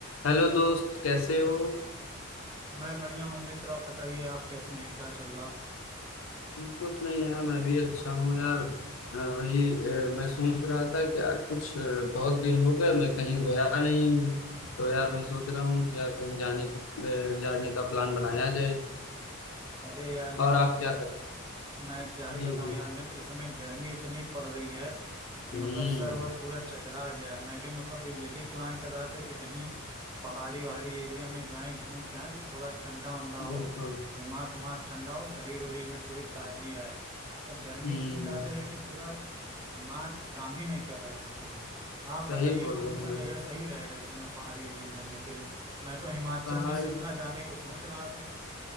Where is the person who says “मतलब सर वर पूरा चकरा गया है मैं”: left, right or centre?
Right